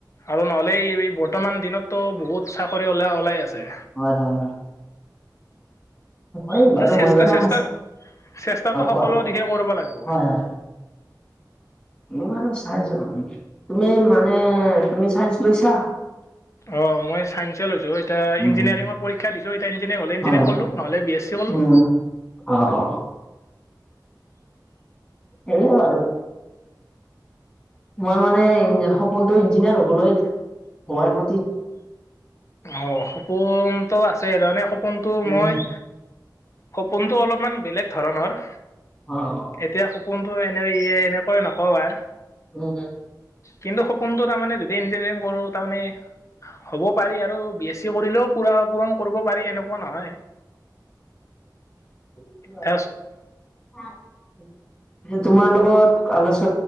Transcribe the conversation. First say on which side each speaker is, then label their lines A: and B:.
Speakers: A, on the left; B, on the left.
A: আৰু নহ'লে এই, এই বৰ্তমান দিনতো বহুত চাকৰি ওলা ওলাই আছে।
B: হয়, হয়। অই
A: কিন্তু
B: বাৰু
A: চেষ্টা
B: মই বাৰু
A: চেষ্টা
B: অহ
A: চেষ্টাটো সকলো
B: কোৱা হয়
A: দিশে কৰিব লাগিব।
B: হয় মই বাৰু চাইন্সৰ, তুমি মানে তুমি চাইন্স লৈছা?
A: অ' মই ছাইন্সে লৈছোঁ। এতিয়া
B: উম
A: ইঞ্জিনিয়াৰিংৰ পৰীক্ষা দিছোঁ, এতিয়া ইঞ্জিনিয়াৰিং হ'লে ইঞ্জিনিয়াৰিং
B: হয়
A: ক'ল্লো নহ'লে বি এছ চি কল্লো।
B: উম অ' অ'। সেইয়া আৰু। তোমাৰ মানে সপোনটো ইঞ্জিনিয়াৰ হবলৈ। হোৱাৰ প্ৰতি
A: অ' সপোনটো আছে, তাৰমানে সপোনটো
B: উম
A: মই সপোনটো অলপমান বেলেগ ধৰণৰ।
B: অ'।
A: এতিয়া সপোনটো এনে ই এনেকৈ নকওঁ আৰ।
B: <unintelligible>
A: কিন্তু সপোনটো তাৰমানে যদি ইঞ্জিনিয়াৰিং কৰোঁ, তাৰমানে হ'ব। এতিয়া আৰু বি এছ চি কৰিলেও পুৰা পূৰণ কৰিব পাৰি এনেকুৱা নহয়।
B: <unintelligible>
A: অ'
B: তোমাৰ লগত আলোচ